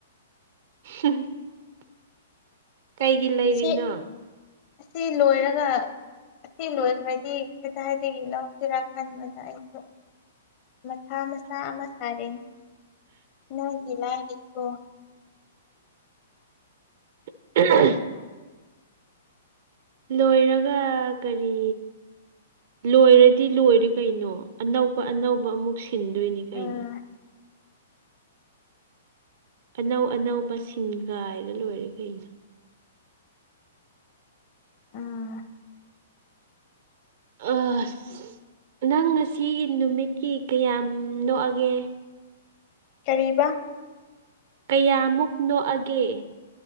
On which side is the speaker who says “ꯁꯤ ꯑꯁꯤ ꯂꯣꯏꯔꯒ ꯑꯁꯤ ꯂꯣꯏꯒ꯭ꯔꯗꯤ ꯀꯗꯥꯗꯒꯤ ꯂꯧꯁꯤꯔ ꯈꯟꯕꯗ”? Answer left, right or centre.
Left